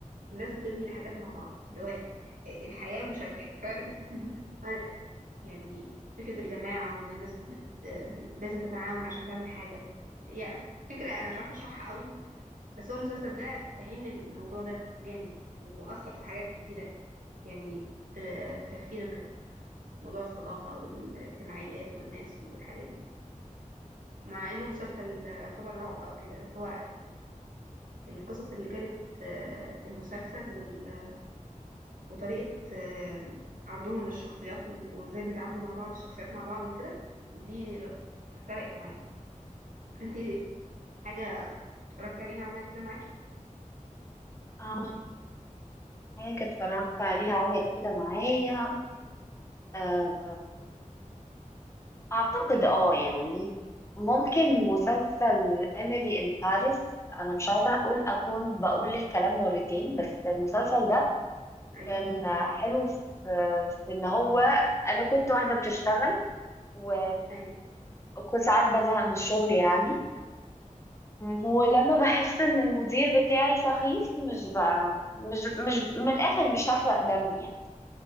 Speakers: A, on the right; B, on the left.
A: الناس بتبني الحاجات مع بعض اللي هو آه، الحياة مشاركة فعلا <laughs> وأنا- يعني فكرة الجماعة وإن الناس بت... ب... لازم تتعاون عشان تعمل حاجة يعني فكرة أنا مش عارفة أشرحها قوي بس هو المسلسل ده فهمني الموضوع ده جامد وأثر في حاجات كتيرة يعني في, في تفكيري وكده موضوع الصداقة والاجتماعيات والناس والحاجات دي مع إنه مسلسل يعتبر رعب أو كده بس هو القصص اللي كانت آه، في المسلسل وال... وطريقة آه، عرضهم للشخصيات وازاي بيتعاملوا مع بعض الشخصيات مع بعض وكده دي فرقت معايا انت حاجة اتفرجتي عليها عملت كده معاكي
B: اه آه. حاجة اتفرجت عليها عملت كده معايا آه، أعتقد اه يعني ممكن مسلسل إيميلي إن باريس أنا مش عايزة أقول أكون بقول الكلام مرتين بس المسلسل ده
A: ايوه
B: كان حلو في في إن هو أنا كنت واحدة بتشتغل و...
A: ايوه
B: وكنت ساعات بزهق من الشغل يعني ولما بحس ان المدير بتاعي سخيف مش ب... مش مش من الاخر مش هحرق دم يعني